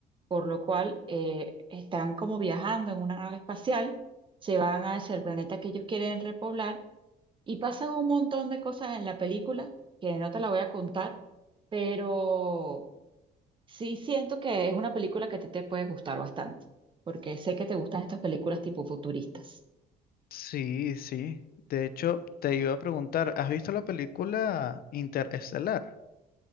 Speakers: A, on the right; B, on the left.
A: por lo cual eh, están como viajando en una nave espacial, se van hacia el planeta que ellos quieren repoblar y pasan un montón de cosas en la película que no te la voy a contar, pero sí siento que es una película que a ti te puede gustar bastante, porque sé que te gustan estas películas tipo futuristas.
B: Sí, sí. De hecho, te iba a preguntar, ¿has visto la película Interestelar?